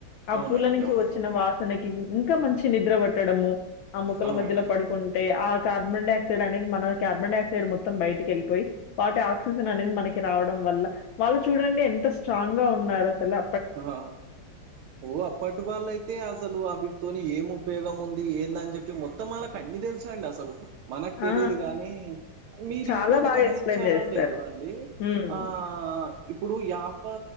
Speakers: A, on the left (about 75°); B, on the right (about 85°).
A: ఆ
B: అవునండి
A: పూల నుంచి
B: అవును
A: వచ్చిన వాసనకి ఇంకా మంచి. నిద్ర పట్టడమూ ఆ మొక్కల
B: అవునండి
A: మధ్యలో పడుకుంటే ఆ కార్బన్ డై ఆక్సైడ్ అనేది మన కార్బన్ డై ఆక్సైడ్ మొత్తం బయటికి ఎళ్ళిపోయి వాటి ఆక్సిజన్ అనేది మనకి రావడం. వల్ల వాళ్ళు చూడండి ఎంత స్ట్రాంగ్ గా ఉన్నారు అసలా
B: ఆ ఓ అప్పటి వాళ్ళ అయితే అసలు అవిట్తోని ఏమొ ఉపయోగం ఉంది ఏందని చెప్పి మొత్తం వాళ్ళకు అన్నీ తెలుసండి అసలు. మనక్
A: ఆ!
B: తెలీదు గానీ మీరు
A: చాలా
B: ఇంకోటి
A: బాగా
B: గమనించారో
A: ఎక్స్‌ప్లెయిన్ జేస్తారు.
B: లేదో అండీ
A: హ్మ్.
B: ఆ ఇప్పుడు యాపా